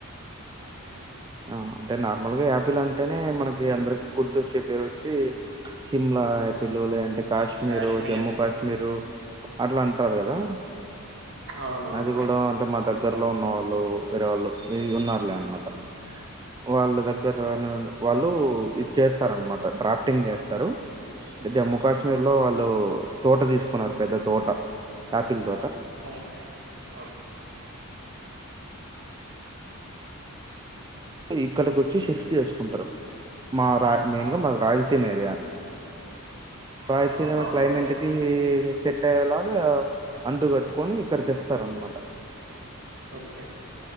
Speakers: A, on the right; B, on the right.
A: ఓకే
B: ఆ, అంటే నార్మల్గా యాపిల్ అంటేనే మనకి అందరికి గుర్తుొచ్చే పేరు వచ్చి సిమ్లా యాపిల్ లేదంటే కాశ్మీరు,
A: కాశ్మీర్
B: జమ్మూ కాశ్మీరు. అట్లా అంటారు కదా.
A: అవునవును
B: అది కూడా అంటే మా దగ్గరలో ఉన్నవాళ్ళు వేరేవాళ్ళు ఉన్నారులే అనమాట. వాళ్ళ దగ్గర వాళ్ళు ళ్ళు ఇది చేస్తారనమాట డ్రాఫ్టింగ్ చేస్తారు. జమ్మూ కాశ్మీర్ లో వాళ్ళు తోట తీసుకున్నారూ. పెద్ద తోట, ఆపిల్ తోట
A: అవును అవును
B: ఇక్కడికొచ్చి షిఫ్ట్ చేసుకుంటారు మా రా మెయిన్గా మది రాయలసీమ ఏరియా అ రాయలసీన్మ
A: అవునవును
B: క్లైమెంట్కి
A: బాగా
B: సెట్ అయ్యేలాగా అంటు కట్టుకొని ఇక్కడ తెస్తారన్నమాట.
A: ఓకే